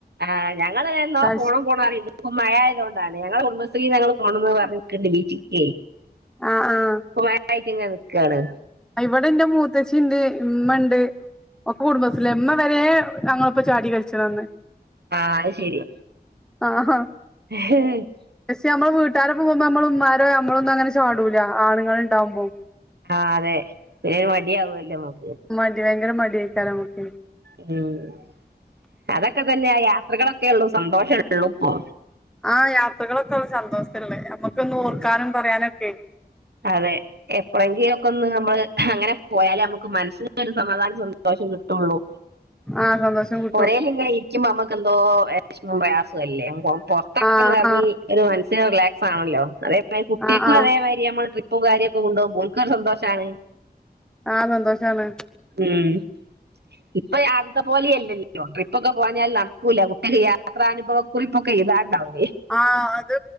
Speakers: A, on the right (about 80°); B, in the centre.
A: ആഹ് ഞങ്ങള് എന്നോ
B: കളിച്ച്
A: പോണം പോണന്നറീണ് ണ്ട് ഇപ്പം മഴയായത് കൊണ്ടാണേ ഞങ്ങളെ കുടുംബശ്രീന്ന് ഞങ്ങള് പോണന്ന് പറഞ്ഞിക്ക്ണ്ട് ബീച്ചിക്കെ
B: ആഹ് ആഹ്
A: ഇപ്പൊ മയായിട്ടിങ്ങനെ നിക്കാണ്
B: ഇവിടെൻ്റെ മൂത്തശ്ശിയിണ്ട് ഇമ്മയിണ്ട് ഒക്കെ കുടുംബശ്രീയില ഇമ്മ വരെ ഞങ്ങളിപ്പ ചാടി കളിച്ചതാന്ന്
A: ആഹ് ആയ്ശെരി
B: ആ ഹാ
A: <unintelligible>
B: പക്ഷേ നമ്മള് വീട്ടരോപ്പ പോമ്പം നമ്മൾടെ ഉമ്മാരെ നമ്മളൊന്നും അങ്ങനെ ചാടൂലാ ആണുങ്ങളുണ്ടാവുമ്പം ആണുങ്ങളുണ്ടാവുമ്പം
A: ആ അതെ ഭയങ്കര മടിയാവൂല്ലോ നമുക്ക്
B: മടി ഭയങ്കര മടിയായ്കാരം നമുക്ക്
A: മ്മ് അതൊക്കെ തന്നെ ആ യാത്രകളൊക്കെള്ളു സന്തോഷോള്ളൂപ്പൊ
B: ആ യാത്രകളൊക്കെ സന്തോഷത്തില്ലേ നമ്മുക്കൊന്ന്
A: ഉം.
B: ഓർക്കാനും പറയാനൊക്കെ
A: അതെ എപ്പളെങ്കിലും ഒക്കെ ഒന്ന് നമ്മള് അങ്ങനെ പോയാലേ നമുക്ക് മനസ്സിനൊരു സമാധാനം സന്തോഷം കിട്ടുള്ളൂ
B: ആഹ് സന്തോഷം കിട്ടും
A: പോരെലിങ്ങനെ ഇരിക്കുമ്പ നമ്മുക്കെന്തോ വെഷമവും പ്രയാസല്ലേ അങ്ങ് പോ പൊറത്തൊക്കെന്നെറങ്ങി
B: ആഹ് ആഹ്
A: ഒരു മനസ്സിനൊരു റിലാക്സാണല്ലോ അതേമാതിരി കുട്ടിക്കും
B: ആഹ് ആഹ്
A: അതേമാതിരി അമ്മള് ട്രിപ്പും കാര്യൊക്കെ കൊണ്ടോ ഓൽക്കൊരു സന്തോഷാണ്
B: ആ സന്തോഷാണ്
A: മ്മ് ഇപ്പ ആദ്യത്തെ പോലെയല്ലല്ലൊ ട്രിപ്പൊക്കെ പോഞ്ഞാൽ നടക്കൂല്ല കുട്ടിക്ക് യാത്രാനുഭവ കുറിപ്പൊക്കെ എയുതാനുണ്ടാവുവേ
B: ആഹ് അത്